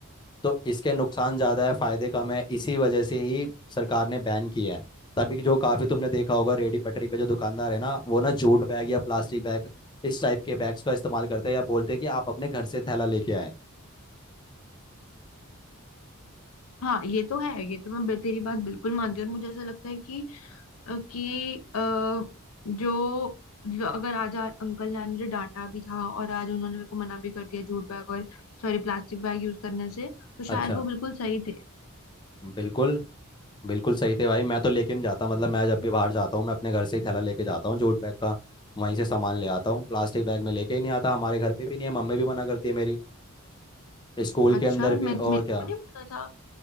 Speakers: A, on the left; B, on the left.
A: तो इसके नुकसान ज्यादा है फायदे कम है इसी वजह से ही सरकार ने बैन किया है तभी जो काफी तुमने देखा होगा रेडी पटरी पे जो दुकानदार है ना वो ना जूट बैग या प्लास्टिक बैग इस टाइप के बैग्स का इस्तेमाल करते हैं या बोलते हैं कि आप अपने घर से थैला लेके आए
B: हाँ ये तो है ये तो मैं बे- तेरी बात बिल्कुल मानती हूँ और मुझे ऐसा लगता है कि अ, कि अ, जो जो अगर आज आ- अंकल ने आज मुझे डांटा भी था और आज उन्होंने मेरे को मना भी कर दिया जूट बैग और सॉरी प्लास्टिक बैग यूज करने से तो शायद
A: अच्छा
B: वो बिल्कुल सही थे
A: बिल्कुल बिल्कुल सही थे भाई मैं तो लेकिन जाता मतलब मैं जब भी बाहर जाता हूँ मैं अपने घर से ही थैला लेके जाता हूँ जूट बैग का वहीं से सामान ले आता हूँ प्लास्टिक बैग में लेके ही नहीं आता हमारे घर पे भी नहीं है मम्मी भी मना करती है मेरी स्कूल
B: अच्छा
A: के अंदर
B: मैं
A: भी और
B: मेरे
A: क्या
B: को नहीं पता था